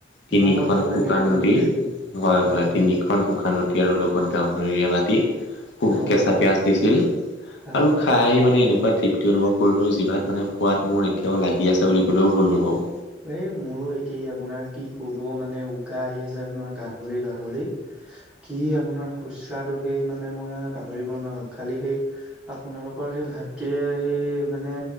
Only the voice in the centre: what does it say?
বৰ ভাল
লাগিলে কিন্তু
দেই।
তাকেহে
হয়
হয়
হয়।
এই মোৰো একেই আপোনাৰ কি কব মানে উকা আহি আছে আপোনাৰ গাহৰি গাহৰি। কি আপোনাৰ শুস্ৰাদটো সেই মানে মই পাহৰিব নোৱাৰো খালি সেই, আপোনালোকৰ সেই ভাতৃয়ে সেই মানে